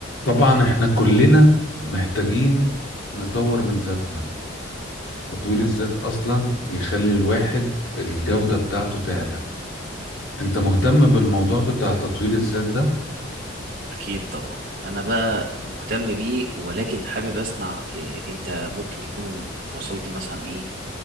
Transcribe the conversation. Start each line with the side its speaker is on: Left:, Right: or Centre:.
Left: طبعا احنا كلنا محتاجين نطور من ذاتنا تطوير الذات اصلا بيخلي الواحد الجودة بتاعته تعلى انت مهتم بالموضوع بتاع تطوير الذات ده
Right: أكيد طبعا أنا بقى مهتم بيه ولكن حابب أسمع إيه أنت ممكن يكون وصلت مثلا إيه